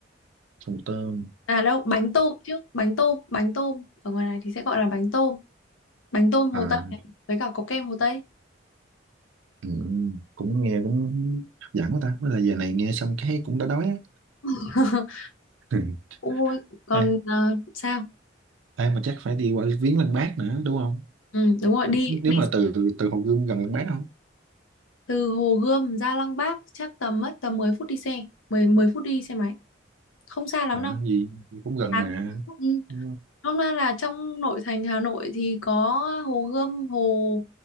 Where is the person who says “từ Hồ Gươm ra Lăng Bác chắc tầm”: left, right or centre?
Left